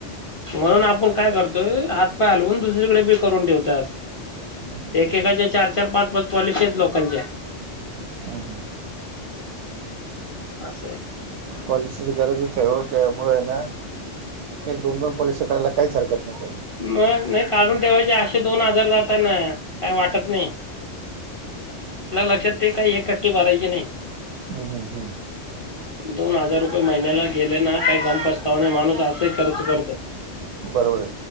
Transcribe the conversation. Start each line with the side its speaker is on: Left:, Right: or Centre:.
Left: म्हणून आपण काय करतोय आ पालुन दुसरीकडे बी करून ठेवता अस
Right: हम्म हम्म
Left: एकेकाच्या चार चार पाच पाच पॉलिसी आहेत लोकांच्या.
Right: हम्म हम्म.
Left: असं आहे.
Right: पॉलिसीची गरजच आहे ओ. त्यामुळे आहे ना एक दोन दोन पॉलिसी करायला काहीच हरकत नाही काही नाही.
Left: मग नाही काढून ठेवायचे असे दोन हजार जाता ना काय वाटत नाही. आपल्या लक्षात काही एखट्टी भरायचे नाही.
Right: हम्म हम्म हम्म.
Left: दोन हजार रुपये महिन्याला गेले ना काय गम पस्तावा नाही माणूस असंही खर्च करतो.
Right: बरोबर आहे.